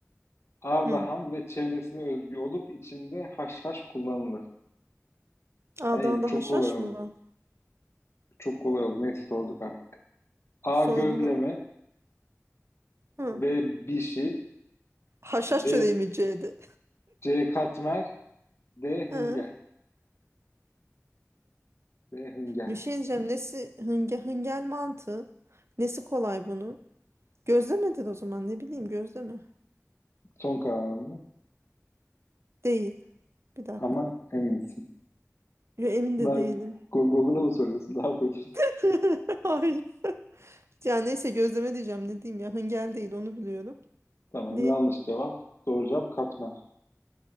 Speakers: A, on the left (about 55°); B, on the right (about 55°).
A: Ardahan
B: Hı.
A: ve çevresine özgü olup içinde haşhaş kullanılır?
B: A'dan
A: Ay bu
B: da
A: çok
B: haşhaş
A: kolay oldu.
B: mı var?
A: Çok kolay oldu. Neyse sorduk artık. A.
B: Sordun
A: Gözleme
B: ha. Hı.
A: B. Bişi
B: Haşhaş
A: C.
B: çöreği mi C'di?
A: C. Katmer D. Hıngel
B: Hı.
A: D. Hıngel.
B: Bir şey diyeceğim. Nesi hınge, hıngel mantı? Nesi kolay bunun? Gözlemedir o zaman. Ne bileyim gözleme.
A: Son kararın mı?
B: Değil. Bir dakika.
A: Ama eminsin.
B: Yo, emin de
A: Daha
B: değilim.
A: Go- Google'a mı soruyorsun? <laughs> Ne yapıyorsun?
B: <laughs> Hayır. Ya neyse gözleme diyeceğim. Ne diyeyim ya. Hıngel değil onu biliyorum.
A: Tamam
B: Ne?
A: yanlış cevap. Doğru cevap katmer.